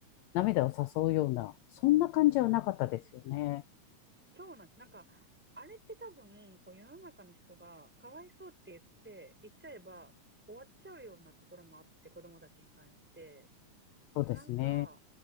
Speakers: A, on the left; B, in the centre.
A: 涙を誘うような、そんな感じはなかったですよね。
B: そうなんです。なんか、あれって多分、こう世の中の人が、かわいそうって言って、言っちゃえば終わっちゃうようなところもあって、子供たちに関して。
A: そうですね。
B: でもなんか、